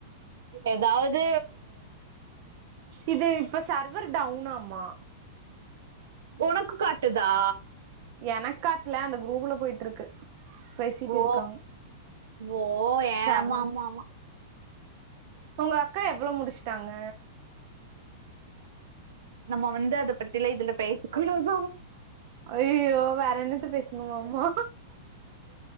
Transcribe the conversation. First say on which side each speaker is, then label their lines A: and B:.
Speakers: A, on the right; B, on the right.
A: ஏதாவது
B: இது இப்ப சர்வர் டவுன்னாமா
A: ஒனக்கு காட்டுதா
B: எனக்காட்ல அந்த குரூப்ல போயிட்ருக்கு பேசிட்ருக்காங்க
A: ஓ ஓ ஏமா
B: சர்
A: ஆமா ஆமா
B: உங்கக்கா எவ்ளோ முடிச்சுட்டாங்க
A: நம்ம வந்து அத பத்திலா இதுல பேசக் கூடாது
B: அய்யோ வேற என்னத்து பேசணுமாமா